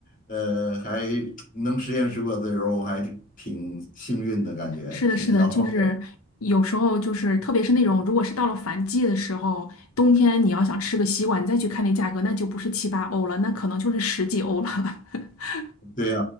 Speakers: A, on the left; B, on the left.
A: 呃，还能实现食不可自由，我还挺幸运的感觉，
B: 是的，
A: 挺骄傲。
B: 是的，就是有时候就是，
A: 的。
B: 特别是那种如果是到了反季的时候，冬天你要想吃个西瓜，你再去看那价格，那就不是七八欧了，那可能就是十几欧了。<laughs>
A: 对呀，